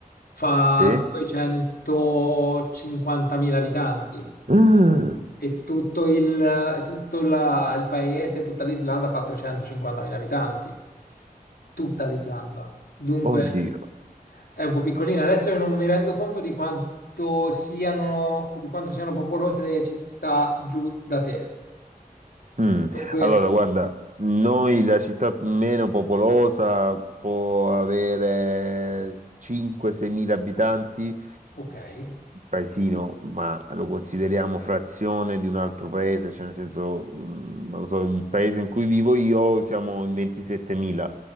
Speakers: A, on the left; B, on the right.
A: fa
B: sì?
A: 250.000 abitanti
B: Ah,
A: e tutto il, e tutto la- il paese, tutta l'Islanda fa 350.000 abitanti, tutta l'Islanda. Dunque
B: oddio.
A: è un po' piccolina. Adesso io non mi rendo conto di quanto siano, di quanto siano popolose le città giù da te.
B: Mm.
A: Dunque,
B: Allora, guarda, noi la città meno popolosa può avere 5-6 mila abitanti,
A: ok.
B: paesino, ma lo consideriamo frazione di un altro paese, cioè nel senso, mm, non lo so, il paese in cui vivo io siamo in 27.000.